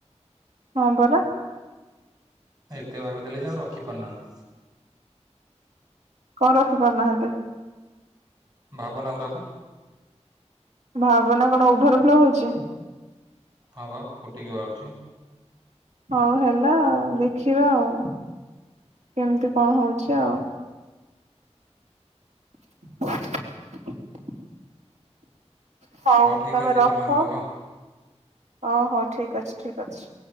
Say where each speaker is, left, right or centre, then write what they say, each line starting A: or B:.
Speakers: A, on the right; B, on the right.
A: ହଁ ପରା।
B: ଏତେ ଭାବି ଦେଲେ ଯେ ଆଉ ରଖି ପାରୁନାହାନ୍ତି।
A: କଣ ରଖି ପାରୁନାହାନ୍ତି।
B: ଭାବନାଗୁଡାକୁ।
A: ଭାବନା କଣ ଓଭର ଫ୍ଲୋ ହଉଛି?
B: ହଁ ବା ଫୁଟିକି ବାହାରୁଛି।
A: ହଉ ହେଲା ଆଉ ଦେଖିବା ଆଉ କେମିତି କଣ ହଉଛି ଆଉ। <inaudible> ହଉ
B: ଠିକ
A: ତମେ
B: ଅଛି
A: ରଖ
B: ରୁହ।
A: ଓହୋ ଠିକ୍ ଅଛି ଠିକ୍ ଅଛି।